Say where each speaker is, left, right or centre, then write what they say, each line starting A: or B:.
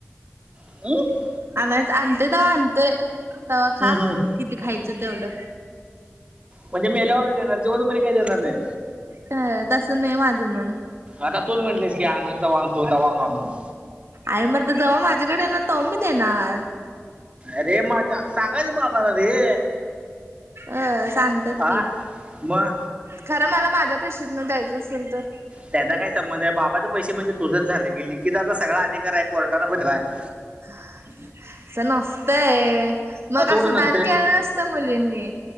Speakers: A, on the right; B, on the right.
A: <unintelligible>
B: आनायच आणतोय तवा आणतोय तवा खा
A: हं, हं.
B: किती खायचं तेवढं.
A: म्हणजे मेल्यावरच देणार जिवंतपणी काही देनार नाही.
B: अ तसं नाही माझं मनं.
A: आता तूच म्हटलीस की आनंद जवा आनतो तवा खा म्हणून.
B: आए म्हणत जवा माझ्याकड येणार तवा मी देणार.
A: अरे माझ सांगायचं बाबाला रे.
B: अ सांगतात
A: आ
B: कि,
A: मग
B: खरं मला माझ्या पैशीेतन द्यायचं असेल तर.
A: त्याचा काय संबंध आहे, बाबाचं पैसे म्हणजे तुझंच झाल की, लेकीचा त सगळा अधिकार आहे कोर्टाचा भूतलाय. <unintelligible>
B: <inaudible> असं नसतय मग
A: कुठं
B: असं
A: नसते
B: दान केलं नसतं मुलींनी.